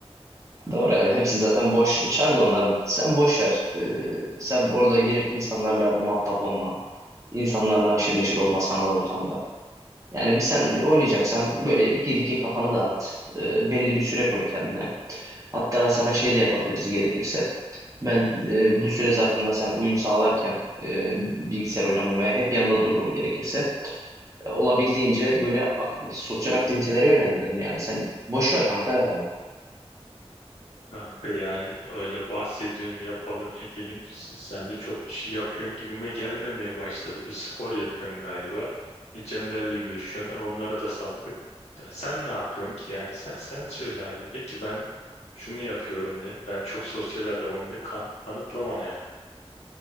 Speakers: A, on the right; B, on the left.
A: Doğru. Hepsi zaten boş. içeride onların. Sen boş ver. E, sen orada girip insanlarla muhatap olma. İnsanlarla haşır neşir olma sanal ortamda. Yani sen oynayacaksan böyle gir iki kafanı dağıt. Ee, belli bir süre koy kendine. Hatta sana şey de yapabiliriz gerekirse. Ben e, bu süre zarfında sen uyum sağlarken e, bilgisayar oynamamaya hep yanında dururum gerekirse. E, olabildiğince böyle ak- sosyal aktivitelere yönelirim yani. Sen boş ver kanka yani.
B: Kanka yani öyle bahsediyorsun yapalım edelim. Siz- Sen de çok bir şey yapıyorsun gibime gelmemeye başladı. Bir spor yapıyorsun galiba. E, Cemlerle görüşüyorsun. E, onları da sattık. Sen, sen ne yapıyorsun ki yani? Sen, sen söyle hadi de ki ben şunu yapıyorum de. Ben çok sosyal adamım de. Kan- kanıtla bana ya.